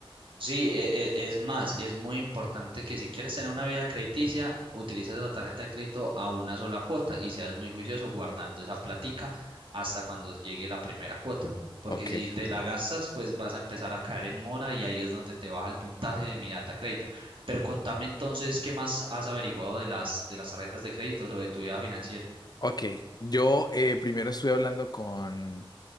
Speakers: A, on the right (about 60°); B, on the left (about 45°).
A: Sí, e- e- es más, es muy importante que si quieres tener una vida crediticia, utilices la tarjeta de crédito a una sola cuota y seas muy juicioso guardando esa platica hasta cuando llegue la primera cuota. Porque
B: Ok.
A: si te la gastas, pues vas a empezar a caer en mora y ahí es donde te baja el puntaje de mi data crédito. Pero contame entonces, ¿qué más has averiguado de las, de las tarjetas de crédito o de tu vida financiera?
B: Ok, yo eh, primero estuve hablando con,